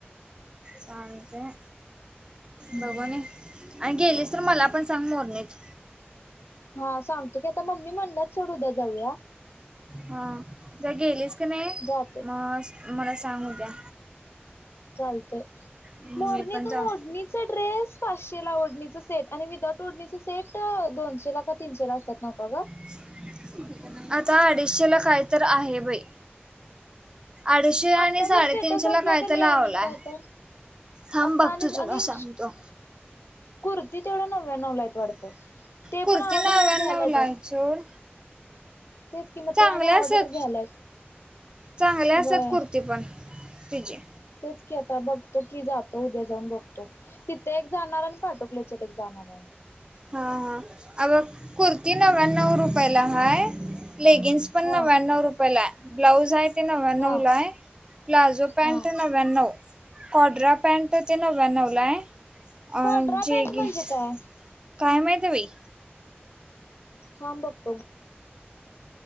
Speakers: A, on the right; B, on the left.
A: चालतं.
B: हम्म
A: बघूनणे आणि गेलेस तर मला पण सांग मोरनेत
B: हा सांगतो की आता मम्मी म्हणल्या सोडू उदया जाऊया.
A: हा जर गेलीस कीनाय अ
B: जातो
A: मला सांग उद्या
B: चालतंय
A: मी
B: मोरणी
A: पण
B: तु
A: जा
B: ओडणीचा ड्रेस? पाचशे ला ओढणीचं सेट आणि विदाउट ओढणीचं सेट दोनशे ला का तीनशे ला असतात नकका ग
A: <inaudible> <unintelligible> आता अडीचशेला काय तर आहे बाई अडीचशे आणि
B: आत्ता
A: साडेतीनशे
B: जर स्टेटस
A: ला
B: असला
A: कायत
B: का नाही
A: लावलाय
B: आणि का तर
A: थांब
B: आत्ता
A: बघतो
B: आणि
A: तुला
B: आणि
A: सांगतो
B: कुर्ती तेवढ्या नव्यानव लायत वाटतं? ते
A: कुर्ती
B: पण आवडलं
A: नव्याण्णव
B: तर मग घ्यायला येत्यात
A: ला आहे सोड
B: तेच कि म
A: चांगल्या
B: ते आणि आवडलं
A: असतात
B: तर घ्यायला
A: चांगल्या
B: व्हय
A: असतात कुर्ती पण तिजी
B: तेच की आता बघतो की जातो उद्या जाऊन बघतो तिथं एक जाणार आणि पाटोकल्याच्यात एक जाणाराय
A: हा हा आग कुर्ती नव्व्याण्णव रुपयाला हाय लेगिंग्स पण
B: हा
A: नव्याण्णव रुपायलाय ब्लाऊज आहे ते नव्याण्णवलाय
B: हा
A: प्लाजो पॅन्ट
B: हा
A: नव्या नवव्याण्णव काॅड्रा पॅन्ट ते नव्याण्णवलाय अ
B: कॉड्रा
A: जेगिंन्स
B: पॅन्ट म्हणजे काय
A: काय माहती बई
B: थांब बघतो